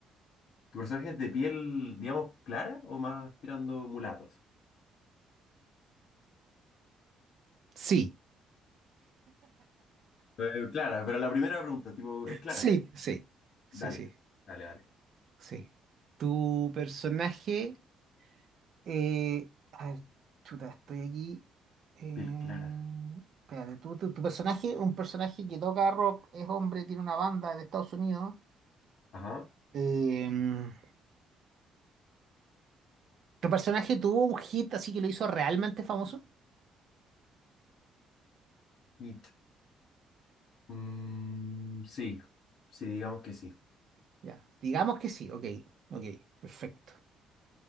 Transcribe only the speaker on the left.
¿Tu personaje es de piel, digamos, clara o más tirando mulato así?
Eh, clara, pero la primera pregunta, tipo, ¿es clara?
Dale,
dale, dale.
Piel clara.
Ajá.
It. Mm, sí, sí, digamos que sí.